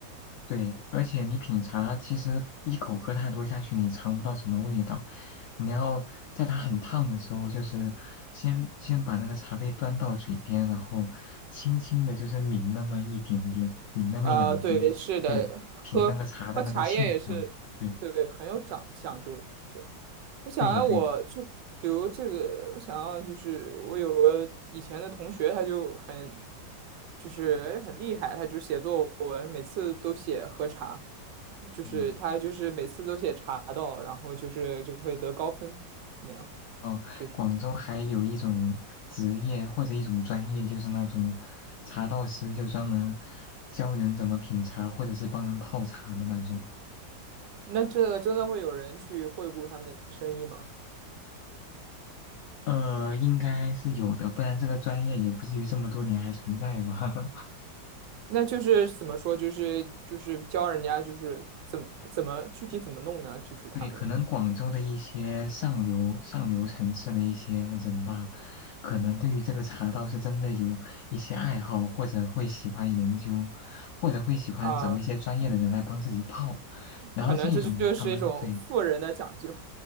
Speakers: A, on the left; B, on the right.
A: 对，而且你品茶，其实一口喝太多下去，你尝不到什么味道。你要在它很烫的时候，就是先先把那个茶杯端到嘴边，然后轻轻的，就是抿那么一点点，抿那么一两滴，
B: 啊，对，是的，
A: 对，
B: 喝喝茶叶也是，
A: 品那个茶的那个沁香。对，
B: 对，很有讲讲究。对，我想要，
A: 对的，对的，
B: 我就比如这个，我想要就是我有个以前的同学，他就很就是很厉害，他就写作文，每次都写喝茶，就是他就是每次都写茶道，
A: 嗯，
B: 然后就是就会得高分那样，
A: 哦，
B: 就是
A: 广州还有一种职业或者一种专业，就是那种茶道师，就专门教人怎么品茶，或者是帮人泡茶的那种。
B: 那这个真的会有人去惠顾他们的生意吗？
A: 呃，应该是有的，不然这个专业也不至于这么多年还存在吧？<laughs>
B: 那就是怎么说，就是就是教人家就是怎么怎么具体怎么弄呢？就是他们
A: 对，可能广州的一些上流上流城市的一些人吧，可能对于这个茶道是真的有一些爱好，或者会喜欢研究，或者会喜欢找一些专业的人来帮自己泡。
B: 啊，
A: 然后这一种人，
B: 可能这就是一种富人的讲究。
A: 他们对